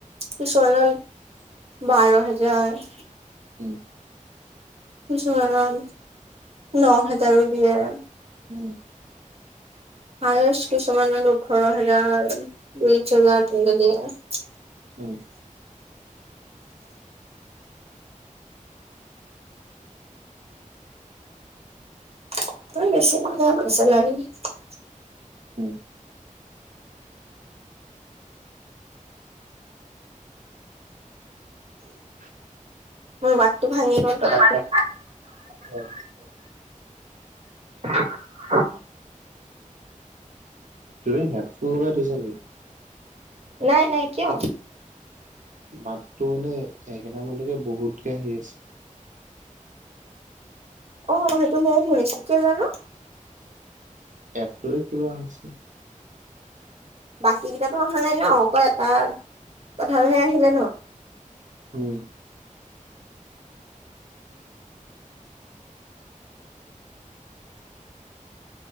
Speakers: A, on the right; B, on the right.
A: পিছলৈ বাৰ হাজাৰ
B: উম,
A: কিছুমানৰ ন হেজাৰও দিয়ে
B: উম,
A: হায়েষ্ট কিছুমান ওঠৰ হেজাৰ বিশ হোজাৰ তেনেকে দিয়ে
B: হম,
A: <unintelligible>
B: উম <inaudible>
A: মোৰ মতটো ভাঙি গ'ল পতককে
B: হয়।
A: <unintelligible>
B: তুমি হেডফোন লগাই থৈছা নেকি
A: নাই, নাই, কিয়?
B: মাতটো মানে একেটা মানকে বহুতকে আহি আছে
A: অ', সেইটো ময়ো শুনিছো কিয় জানো
B: এপটোৰে কিবা হৈছে
A: বাকী কেইটো অহা নাই ন, অক এটা কথাহে আহিলে ন
B: হম,